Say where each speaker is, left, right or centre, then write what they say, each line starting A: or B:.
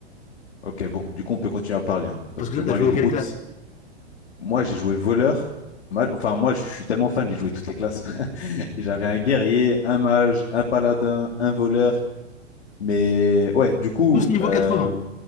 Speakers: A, on the left; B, on the left.
A: Ok, bon, du coup, on peut continuer à parler, hein, parce
B: Parce que
A: que
B: toi,
A: moi,
B: t'as joué
A: les drones,
B: quelle classe
A: c'est- moi, j'ai joué voleur. ma- Enfin, moi, je suis tellement fan, j'ai joué toutes les classes. <laughs> J'avais un guerrier, un mage, un paladin, un voleur. Mais ouais, du coup,
B: Tous niveau
A: euh,
B: 80.